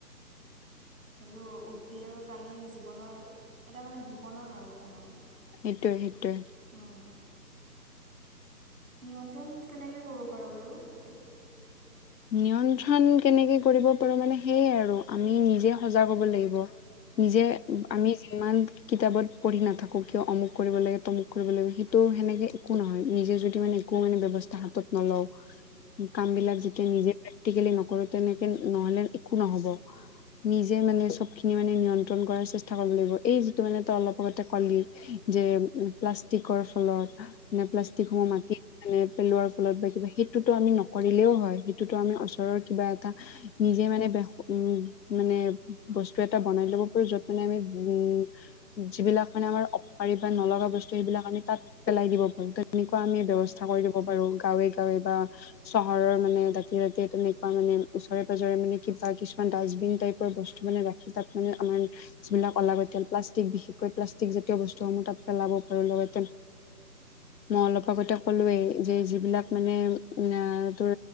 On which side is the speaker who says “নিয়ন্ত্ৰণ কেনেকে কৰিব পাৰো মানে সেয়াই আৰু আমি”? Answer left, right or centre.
Left